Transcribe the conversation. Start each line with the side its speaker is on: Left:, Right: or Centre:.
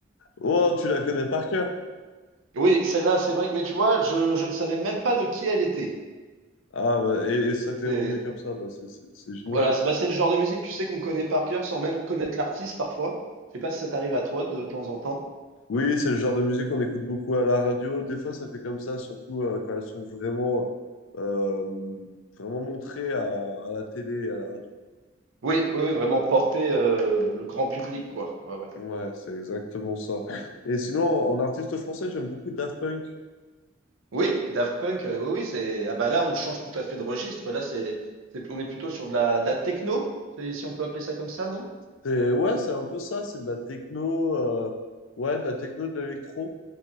Left: Oh, tu la connais par cœur.
Right: Oui, celle-là, c'est vrai que, mais tu vois, je, je ne savais même pas de qui elle était.
Left: Ah, bah, et, et ça t'est
Right: C'est,
Left: revenu comme ça, bah, c'est c'est- c'est génial.
Right: voilà, c'est bah, c'est le genre de musique, tu sais, qu'on connaît par cœur sans même connaître l'artiste parfois. Je sais pas si ça t'arrive à toi de temps en temps.
Left: Oui, c'est le genre de musique qu'on écoute beaucoup à la radio. Des fois, ça fait comme ça, surtout euh, quand elles sont vraiment, euh, vraiment montrées à, à la télé et à la radio.
Right: Oui, oui, oui, vraiment porter euh, le grand public, quoi. Ouais, ouais.
Left: Ouais, c'est exactement ça. Et sinon, en artiste français, j'aime beaucoup Daft Punk.
Right: Oui, Daft Punk, euh, oui, oui, c'est. Ah bah là, on change tout à fait de registre. Là, c'est, c'est- on est plutôt sur de la, de la techno, c'est- si on peut appeler ça comme ça, non?
Left: C'est- Ouais, c'est un peu ça, c'est de la techno, euh, ouais, de la techno, de l'électro.